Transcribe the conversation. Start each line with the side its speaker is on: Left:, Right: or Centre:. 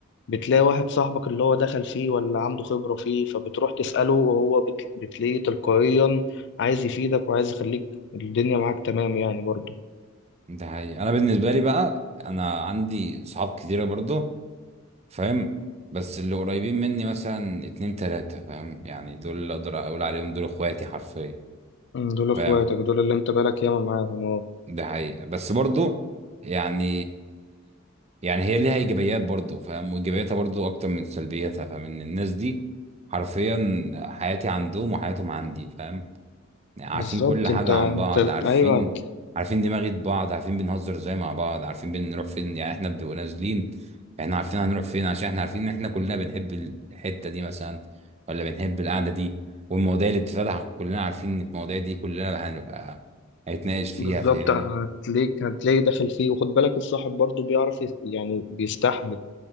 Left: بتلاقي واحد صاحبك اللي هو دخل فيه ولا عنده خبرة فيه فبتروح تسأله وهو بت... بتلاقيه تلقائيا عايز يفيدك وعايز يخليك الدنيا معاك تمام يعني برضه
Right: ده حقيقي انا بالنسبه لي بقى انا عندي صحاب كتيره برضه فاهم بس اللي قريبين مني مثلا اتنين تلاته فاهم يعني دول اللي اقدر اقول عليهم دول اخواتي حرفيا
Left: مم، دول
Right: فاهم
Left: اخواتك دول اللي انت بالك ياما معاهم اه
Right: ده حقيقي بس برضه يعني يعني هي ليها ايجابيات برضه فاهم وايجابياتها برضه اكتر من سلبياتها فاهم ان الناس دي حرفيا حياتي عندهم وحياتهم عندي فاهم يعني عارفين
Left: بالظبط
Right: كل حاجة
Left: انت انت
Right: عن بعض عارفين
Left: ايوه
Right: عارفين دماغة بعض عارفين بنهزر ازاي مع بعض عارفين بنروح فين يعني احنا بنبقى نازلين احنا عارفين هنروح فين عشان احنا عارفين ان احنا كلنا بنحب ال- الحتة دي مثلا ولا بنحب القعدة دي والمواضيع اللي بتتفتح كلنا عارفين ان المواضيع دي كلنا هنبقى هنتناقش فيها
Left: بالظبط
Right: فاهمني
Left: هتلاقيك هتلاقي داخل فيه وخد بالك الصاحب برضه بيعرف يس- يعني بيستحمل